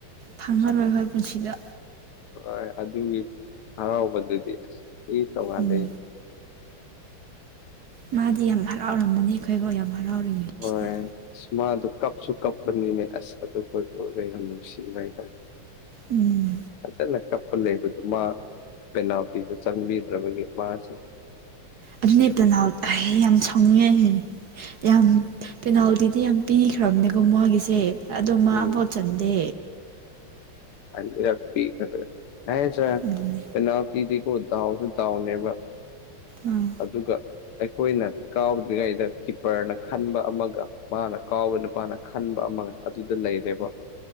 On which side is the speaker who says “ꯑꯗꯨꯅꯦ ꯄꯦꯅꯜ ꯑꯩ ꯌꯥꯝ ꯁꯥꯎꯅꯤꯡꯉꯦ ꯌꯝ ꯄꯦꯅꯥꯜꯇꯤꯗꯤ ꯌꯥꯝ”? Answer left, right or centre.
Right